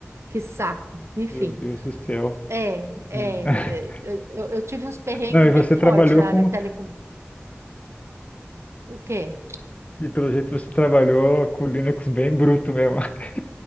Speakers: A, on the right; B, on the left.
A: que saco. Enfim,
B: Meu Deus do céu.
A: é, é,
B: <laughs>
A: é, eu, eu eu tive uns perrengues
B: Não, e
A: bem
B: você
A: fortes
B: trabalhou
A: na
B: com
A: área de telecom. O quê?
B: E pelo jeito você trabalhou com o Linux bem bruto mesmo. <laughs>